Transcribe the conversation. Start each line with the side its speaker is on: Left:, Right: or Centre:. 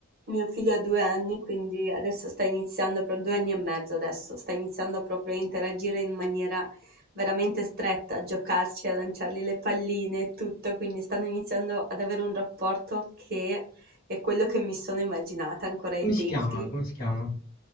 Right: mio figlio ha due anni, quindi adesso sta iniziando, per due anni e mezzo adesso, sta iniziando proprio a interagire in maniera veramente stretta, a giocarci, a lanciargli le palline e tutto, quindi stanno iniziando ad avere un rapporto che è quello che mi sono immaginata ancora ai
Left: come
Right: tempi.
Left: si chiama? Come si chiama?